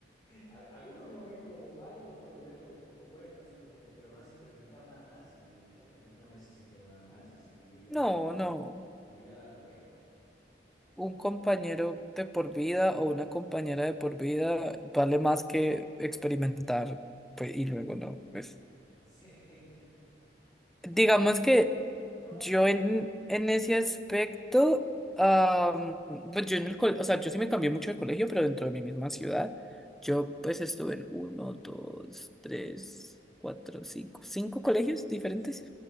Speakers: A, on the left (about 25°); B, in the centre.
A: A- Algunos lo ven como malo, otros lo ven lo- como bueno, así como que, pero no has experimentado nada más. Y yo he dicho, bueno, no necesito nada más, así que yo ya,
B: No, no.
A: yo ya la logré. <laughs>
B: Un compañero de por vida o una compañera de por vida vale más que experimentar, pues, y luego no, pues.
A: Sí.
B: Digamos
A: Algunos,
B: que
A: no,
B: yo
A: no, dale.
B: en, en ese aspecto, am, pues yo en el col- o sea, yo sí me cambié mucho de colegio, pero dentro de mi misma ciudad, yo pues estuve en uno, dos, tres, cuatro, cinco, cinco colegios diferentes.